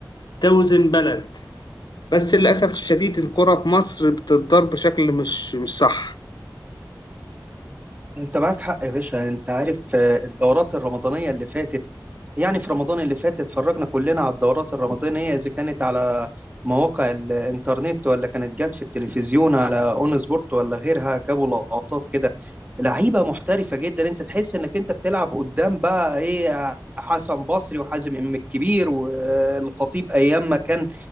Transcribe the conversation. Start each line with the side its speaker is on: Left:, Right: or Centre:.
Left: توزن بلد بس للأسف الشديد الكرة في مصر بتتضرب بشكل مش مش صح
Right: أنت معاك حق يا باشا أنت عارف آه، الدورات الرمضانية اللي فاتت يعني في رمضان اللي فات اتفرجنا كلنا على الدورات الرمضانية إذا كانت على مواقع الإنترنت ولا كانت جت في التلفزيون على أون سبورت ولا غيرها جابوا لقطات كده لعيبة محترفة جدا أنت تحس إنك أنت بتلعب قدام بقى إيه حسن بصري وحازم إمام الكبير والخطيب أيام ما كان